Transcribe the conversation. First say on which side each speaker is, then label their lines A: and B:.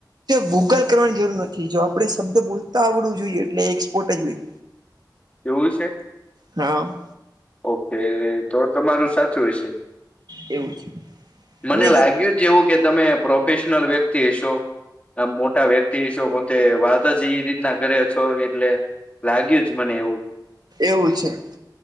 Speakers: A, on the right; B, on the left.
A: ગૂગલ કરવાની જરૂર નથી જો આપડે શબ્દ બોલતા આવડવું જોઈએ એટલે એક્સપોર્ટ જ હોય.
B: એવું છે.
A: હા.
B: ઓકે તો તમારું સાચું વિશે.
A: એવું છે.
B: મને
A: અને
B: લાગ્યું
A: જો
B: જ એવું કે તમે પ્રોફેશનલ વ્યક્તિ હશો આ મોટા વ્યક્તિ હશો. તે વાત જ એ રીતના કરે છો એટલે લાગ્યું જ મને એવું.
A: એવું છે.